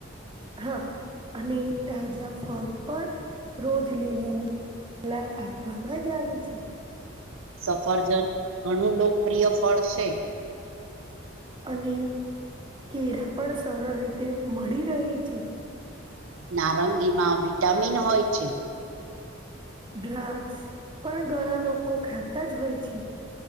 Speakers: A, on the right; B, on the right.
A: હા અને તાજા ફળ પણ રોજ લેવાનું કલા આપવામાં જ આવી છે.
B: સફરજન ઘણું લોકપ્રિય ફળ છે.
A: અને કેળા પણ સરળ રીતે મળી રહેહી છે.
B: નારંગીમાં વિટામિન હોય છે.
A: દ્રાક્ષ પણ ઘણા લોકો ખાતા જ હોય છે.